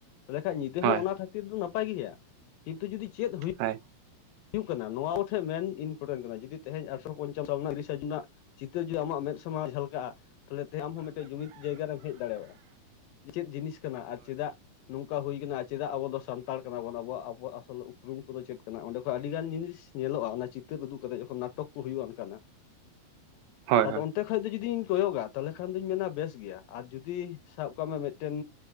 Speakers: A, on the left; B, on the right.
A: ᱛᱟᱦᱚᱞᱮ ᱠᱷᱟᱱ ᱧᱤᱫᱟ
B: ᱦᱳᱭ ᱦᱳᱭ
A: ᱦᱚᱸ ᱚᱱᱟ ᱠᱷᱟᱹᱛᱤᱨ ᱫᱚ ᱱᱟᱯᱟᱭ ᱱᱟᱯᱟᱭ ᱜᱮ ᱦᱩᱭᱩᱜ-ᱟ ᱠᱤᱱᱛᱩ ᱡᱩᱫᱤ ᱪᱮᱫ ᱦᱩᱭᱩᱜ-ᱟ
B: ᱦᱳᱭ
A: ᱦᱩᱭᱩᱜ ᱠᱟᱱᱟ ᱱᱚᱣᱟ ᱠᱚᱴᱷᱮᱱ ᱢᱮᱱ ᱤᱢᱯᱴᱮᱱᱴ ᱠᱟᱱᱟ ᱡᱩᱫᱤ ᱛᱮᱦᱮᱧ ᱟᱴᱷᱨᱚ ᱯᱚᱧᱪᱟᱱᱱᱚ ᱥᱟᱞ ᱨᱮᱱᱟᱜ ᱛᱤᱨᱤᱥᱟ ᱡᱩᱱ ᱨᱮᱱᱟᱜ ᱪᱤᱛᱟᱹᱨ ᱡᱩᱫᱤ ᱟᱢᱟᱜ ᱢᱮᱫ ᱥᱚᱢᱟᱜ ᱨᱮ ᱡᱷᱟᱞᱠᱟᱜ-ᱟ ᱛᱟᱦᱮ ᱛᱮ ᱟᱢ ᱦᱚᱸ ᱢᱤᱫᱴᱮᱱ ᱡᱩᱢᱤᱫ ᱡᱟᱭᱜᱟᱟᱨᱮᱢ ᱦᱮᱡ ᱫᱟᱲᱮᱭᱟᱜ-ᱟ ᱪᱮᱫ ᱡᱤᱱᱤᱥ ᱠᱟᱱᱟ ᱟᱨ ᱪᱮᱫᱟᱜ ᱱᱚᱝᱠᱟ ᱦᱩᱭ ᱠᱟᱱᱟ ᱪᱮᱫᱟᱜ ᱟᱵᱚ ᱫᱚ ᱥᱟᱱᱛᱟᱲ ᱠᱟᱱᱟ ᱵᱚᱱ ᱟᱵᱟᱵᱣᱟᱜ ᱟᱥᱚᱞ ᱨᱩᱢ ᱠᱚᱫᱚ ᱪᱮᱫ ᱠᱟᱱᱟ ᱚᱸᱰᱮ ᱟᱹᱰᱤᱜᱟᱱ ᱡᱤᱱᱤᱥ ᱧᱮᱞᱚᱜ-ᱟ ᱚᱱᱟ ᱪᱤᱛᱟᱹᱨ ᱩᱫᱩᱜ ᱠᱟᱛᱮᱫ ᱡᱚᱠᱷᱚᱱ ᱱᱟᱴᱚᱠ ᱠᱚ ᱦᱩᱭᱩᱜ-ᱟ ᱚᱱᱠᱟᱱᱟ
B: ᱦᱳᱭ
A: ᱟᱫᱚ
B: ᱦᱳᱭ ᱦᱳᱭ
A: ᱚᱱᱛᱮ ᱠᱷᱚᱡ ᱫᱚ ᱡᱩᱫᱤᱧ ᱠᱚᱭᱚᱜᱟ ᱛᱟᱦᱮ ᱠᱷᱟᱱ ᱫᱚᱩᱧ ᱢᱮᱱ-ᱟ ᱵᱮᱥ ᱜᱮᱭᱟ ᱟᱨ ᱡᱩᱫᱤ ᱥᱟᱵ ᱠᱟᱜ ᱢᱮ ᱢᱤᱴᱟᱱ